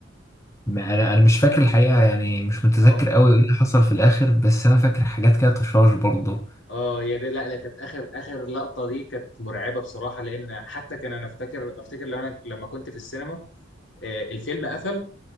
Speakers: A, on the left; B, on the left.
A: ما انا انا مش فاكر الحقيقه يعني مش متذكر
B: اه
A: قوي ايه اللي حصل في الاخر بس انا فاكر حاجات كده تشاش برضه
B: اه هي دي لا لا كانت اخر اخر لقطه دي كانت مرعبه بصراحه لان حتى كان انا افتكر افتكر لو انا لما كنت في السينما آه، الفيلم قفل